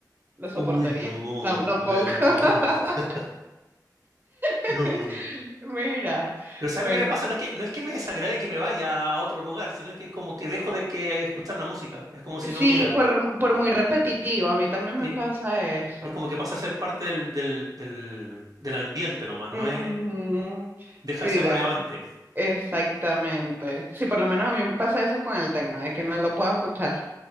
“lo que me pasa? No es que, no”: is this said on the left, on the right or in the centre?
Right